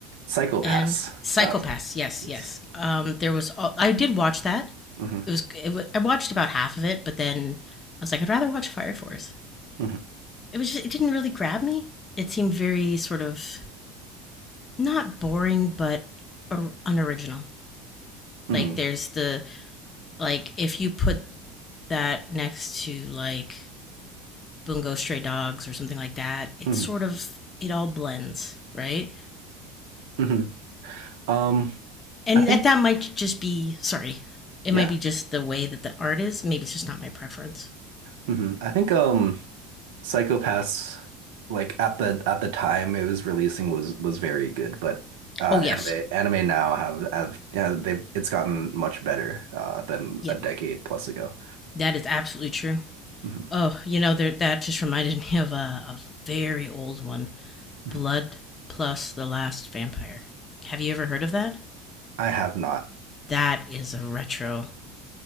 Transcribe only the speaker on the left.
And Psychopaths.
Yes.
Yes. Um, there was, all, I did watch that.
It was, it wa I watched about half of it, but then I was like, I'd rather watch Fire Force.
It was just, it didn't really grab me. It seemed very sort of not boring, but or- unoriginal.
Like there's the Like if you put that next to like Bungo Stray Dogs or something like that, it's
sort of it all blends, right?
And
that, that might just be sorry, it
might be just the way that the art is. Maybe it's just not my preference.
Oh yes,
yep,
that is absolutely true.
Oh, you know there, that just reminded me of a, a very old one,
Blood Plus the Last Vampire. Have you ever heard of that?
That is a retro.